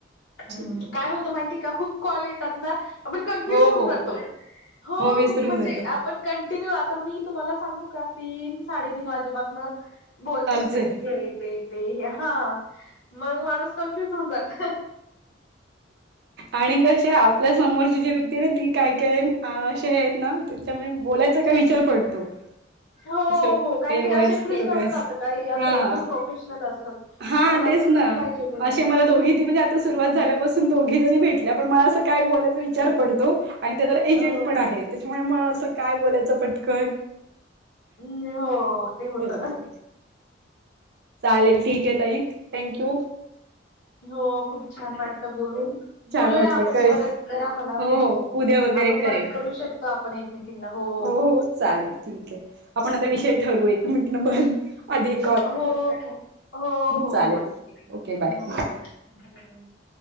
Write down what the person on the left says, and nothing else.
हम्म काय होतं माहितीय का खूप कॉल येतात ना आपण कन्फ्युज
होऊन
जातो. हो
खूप म्हणजे
आप पण कंटिन्यू आता मी तुम्हाला सांगू का तीन साडेतीन वाजेपासन बोलतेच
ये
हे ते ते हे हा मग माणूस कन्फ्युज होऊन जात.
हो
हो काही
काही असे
फ्री
नसतात. काही असं
एकदम प्रोफेशनल असतात.
मग
असं
फ्री पाहिजे बोलायला
हो
हम् हो ते
होत.
हो. खूप छान छान वाटल बोलून.
बोलूया
आपण
परत करा मला
फोन
आपण
परत करू शको तर आपन एक मीटिंग ला हॊ.
ठीक
हो हो हो हो
हो ठीक आहे ठीक
आहे
हो.